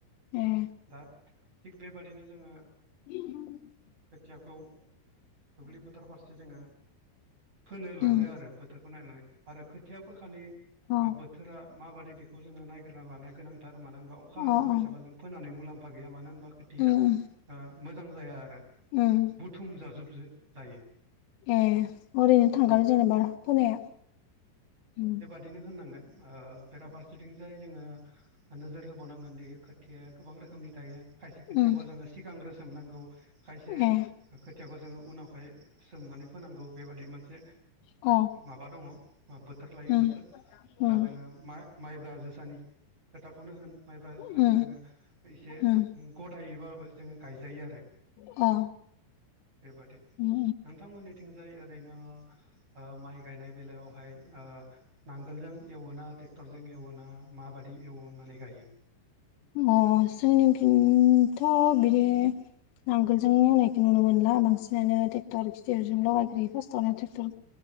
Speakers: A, on the left (about 80°); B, on the right (about 35°).
A: ए
B: दा थिग बेबादिनो जोङो
A: <inaudible>
B: खोथियाखौ दुब्लि फोथार फारसे जोङो फोनो लाङो
A: उम
B: आरो फोथारखौ नायनानै आरो खोथिया फोखालि
A: अ
B: बोथोरा माबादि बेखौ जोङो नायग्रोना लानाया गोनांथार मानो होनबा अखा
A: अ
B: होगोन बायसाबा जों फोनानै मुलाम्फा गैया मानो होनबा खोथाया
A: उम उम
B: मोजां जाया आरो
A: उम
B: बुथुम जाजोब जायो
A: ए ओरैनो थांगारो
B: औ
A: जेनेबा फोनाया ओ
B: बिदिनो होननांगोन बेराफारसेथिंजाय जोङो नोजोर होबावनांगोन दि खोथिया गोबां रोखोमनि थायो खायसे खोथियाखौ
A: उम
B: जोङो सिगांग्रो सोमनांगौ खायसे
A: ए
B: खोथियाखौ जोङो उनावहाय सोमनानै फोनांगौ बेबादि मोनसे
A: अ
B: माबा दङ बोथोर लायै
A: उम
B: बोथोर दा
A: उम
B: जोङो मा माइब्रा जोसानि खोथाखौनो होन माइब्रा जोसाखौ
A: उम
B: जोङो एसे
A: उम
B: गदायैबाबो जोङो गायजायो आरो
A: अ
B: बेबादि नोंथांमोननिथिंजाय
A: उम
B: ओरैनो माइ गायनाय बेलायावहाय नांगोलजों एवोना ट्रेक्टरजों एवोना माबायदि एवनानै गायो।
A: अ जोंनिफ्रायथ' बिदि नांगोलजों एवनायखौ नुनो मोनला बांसिनानो ट्रेक्टर गिदिरजों लगायग्रोयो फार्स्टआवनो ट्रेक्टर